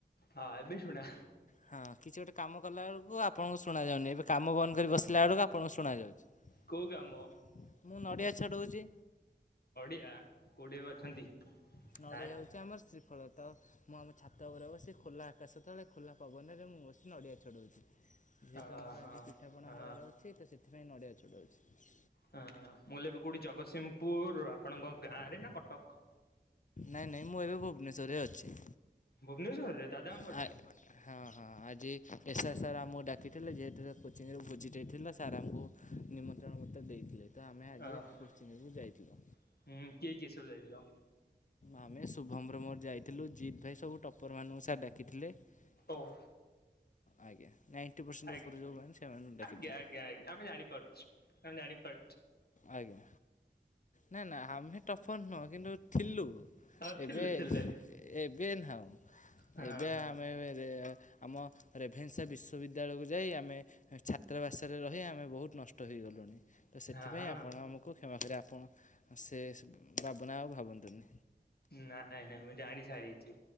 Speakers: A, on the left; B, on the left.
A: ହଁ ଏବେ ଶୁଣା
B: ହଁ କିଛି ଗୋଟେ କାମ କଲା ବେଳକୁ ଆପଣଙ୍କୁ ଶୁଣା ଯାଉନି। ଏବେ କାମ ବନ୍ଦ କରି ବସିଲା ବେଳକୁ ଆ ଆପଣଙ୍କୁ ଶୁଣାଯାଉଚି।
A: କୋଉ କାମ
B: ମୁଁ ନଡ଼ିଆ ଛଡଉଚି।
A: ୟା କୋଉଠି ଏବେ ଅଛନ୍ତି
B: ନଡ଼ିଆ
A: ସାରେ?
B: ହେଉଛି ଆମର ଶ୍ରୀଫଳ। ତ ମୁଁ ଆମ ଛାତ ଉପରେ ବସି ଖୋଲା ଆକାଶ ତେଳେ ଖୋଲା ପବନରେ ମୁଁ ବସି ନଡ଼ିଆ ଛଡଉଚି। ଯେହେତୁ
A: ଅ
B: ଆମର
A: ହଁ।
B: ଆଜି ପିଠା ପଣା
A: ଅ
B: ହବାର ଅଛି ତ ସେଥିପାଇଁ ନଡ଼ିଆ ଛଡଉଚି।
A: ହଁ ମୁଁ ହେଲେ ଏବେ କୋଉଠି ଜଗତସିଂହପୁର ଆପଣଙ୍କ ଗାଁ ରେ ନା କଟକ?
B: ନାଇ ନାଇ ମୁଁ ଏବେ ଭୁବନେଶ୍ଵରରେ ଅଛି।
A: ଭୁବନେଶ୍ୱରରେ ଦାଦାଙ୍କ ଘର
B: ଆ
A: ଟି?
B: ହଁ ହଁ ଆଜି ଏସ୍ଆର୍ ସାର୍ ଆମକୁ ଡାକିଥିଲେ ଯେହେତୁ ସେ କୋଚିଂରୁ ବୁଝି ଦେଇଥିଲା ସାର୍ ଆମକୁ ନିମନ୍ତ୍ରଣ ପତ୍ର ଦେଇଥିଲେ। ତ ଆମେ ଆଜି
A: ଅ ହୁଁ
B: କୋଚିଂକୁ ଯାଇଥିଲୁ।
A: କିଏ କିଏ ସବୁ ଯାଇଥିଲ?
B: ଆମେ ଶୁଭମ୍ ର ମୋର ଯାଇଥିଲୁ। ଜିତ୍ ଭାଇ ସବୁ ଟପ୍ପର ମାନଙ୍କୁ ସାର୍ ଡାକିଥିଲେ। ତ
A: ଓଃ।
B: ଆଜ୍ଞା ନାଇଣ୍ଟି ପରସେଣ୍ଟ
A: ଆଇ
B: ଉପରେ ଯେଉଁମାନେ ସେମାନଙ୍କୁ ଡାକିଥିଲେ
A: ଆଜ୍ଞା ଆଜ୍ଞା ଆଜ୍ଞା ଆମେ ଜାଣିପାରୁଛୁ। ଆମେ ଜାଣିପାରୁ
B: ଆଜ୍ଞା ନାଇଁ ନାଇ ଆମେ ଟଫର୍ ନୁହଁ କିନ୍ତୁ ଥିଲୁ।
A: ହଁ ଥିଲେ
B: ଏବେ-ଏବେ
A: ଥିଲେ
B: ନାହୁଁ
A: ହଁ
B: ଏବେ
A: ହଁ
B: ଆମେ ଆମ ରେଭେନ୍ସା ବିଶ୍ୱବିଦ୍ୟାଳୟକୁ ଯାଇ ଆମେ ଛାତ୍ରାବାସରେ ରହି ଆମେ ବହୁତ ନଷ୍ଟ ହୋଇଗଲୁଣି ତ ସେଥିପାଇଁ
A: ହଁ
B: ଆପଣ ଆମକୁ କ୍ଷମା କରି ଆପଣ ସେ ଭାବନା ଆଉ ଭାବନ୍ତୁନି।
A: ନାଇଁ-ନାଇଁ ମୁଁ ଜାଣି ସାରିଛି।